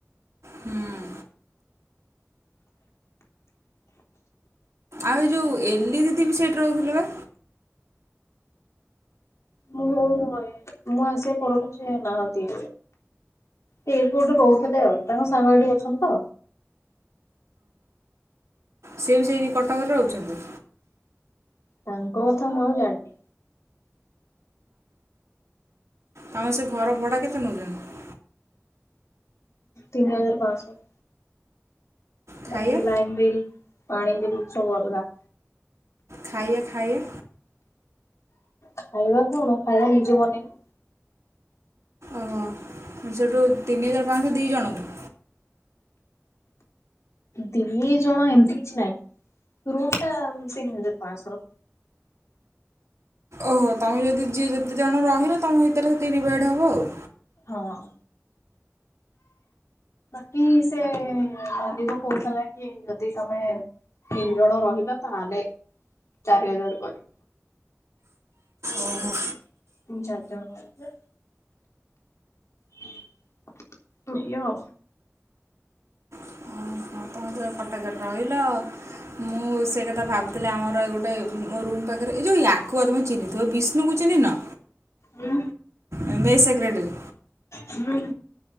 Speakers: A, on the right; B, on the left.
A: ହୁଁ ଉଁ ଆଉ ଏଇ ଯେଉଁ ଏଲି ଦିଦିି ବି ସେଇଠି ରହୁଥିଲେ ବା?
B: ମୁଁ ମୁଁ ଆସିବା ପରଠୁ ସେ ନାହାନ୍ତି। ସେ ଏଇଠି କୋଉଠି ରହୁଥିଲେ ଆଉ, ତାଙ୍କ ସାଙ୍ଗ ଏଠି ଅଛନ୍ତି ତ।
A: ସେ ବି ସେଇଠି କଟକରେ ରହୁଛନ୍ତି?
B: ତାଙ୍କ କଥା ମୁଁ ଆଉ ଜାଣିନି।
A: ତମର ସେ ଘର ଭଡ଼ା କେତେ ନେଉଛନ୍ତି?
B: ତିନି ହଜାର ପାଁଶହ।
A: ଖାଇବା
B: ବାକି ଲାଇନ୍ ବିଲ୍, ପାଣି ବିଲ ସବୁ ଅଲଗା।
A: ଖାଇୟା ଖାଇୟା।
B: ଖାଇବା କଣ? ଖାଇବା ନିଜେ ବନେଇନି
A: ଓହୋ ସେଇଠୁ ତିନି ହଜାର ପାଞ୍ଚଶହ ଦୁଇ ଜଣଙ୍କୁ?
B: ଦି ଜଣ ଏମିତି କିଛି ନାଇଁ ରୁମ୍ ଟା ତିନି ହଜାର ପାଞ୍ଚଶହ।
A: ଓହୋ, ତମେ ଯଦି ଯିଏ ଯେତେ ଜଣ ରହିଲ ତମ ଭିତରେ ସେତିକି ଡିଭାଇଡ଼ ହବ ଆଉ
B: ହଁ ଅଁ ବାକି ସେ କହୁଥିଲା କି- ଯଦି ତମେ ତିନି ଜଣ ରହିଲ ତାହେଲେ ଚାରି ହଜାର କରି
A: ଓହୋ।
B: ଚାରଟା ବେଳୁ ପା <unintelligible> ଏଇୟା ଆଉ।
A: ଓହୋ, ତମେ ତ କଟକରେ ରହିଲ? ମୁଁ ସେଇ କଥା ଭାବୁଥିଲି- ଆମର ଗୋଟେ ମୋ ରୁମ୍ ପାଖରେ ଏ ଯଉ ୟାକୁ ପା ତମେ ଚିହ୍ନିଥିବ ବିଷ୍ଣୁକୁ? ଚିହ୍ନିନ?
B: ହୁଁ
A: ଏ ମେ ଇ ସେକ୍ରେଟେରୀ।
B: ହୁଁ ଉଁ